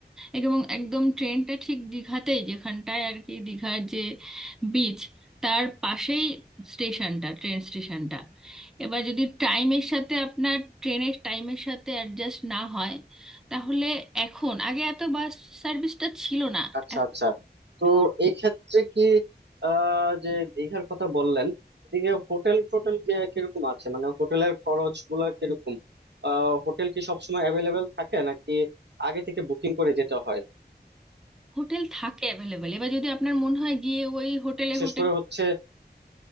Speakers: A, in the centre; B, on the right.
A: এবং একদম ট্রেনটা ঠিক দীঘাতেই যেখানটায় আর কি দীঘার যে বিচ তার পাশেই স্টেশনটা ট্রেন স্টেশনটা এবার যদি টাইমের সাথে আপনার ট্রেনের টাইমের সাথে অ্যাডজাস্ট না হয় তাহলে এখন আগে এত বাস সার্ভিসটা ছিল না
B: আচ্ছা
A: এখন
B: আচ্ছা
A: প্রচুর
B: তো এই ক্ষেত্রে কি আহ যে দীঘার কথা বললেন এদিকে হোটেল টোটেল কে- কিরকম আছে মানে হোটেলের খরচ গুলা কিরকম আহ হোটেল কি সবসময় অ্যাভেলেবেল থাকে নাকি আগে থেকে বুকিং করে যেতে হয়
A: হোটেল থাকে অ্যাভেলেবেল এবার যদি আপনার মনে হয় গিয়ে ওই হোটেলে
B: বিশেষ
A: হোটেল
B: করে হচ্ছে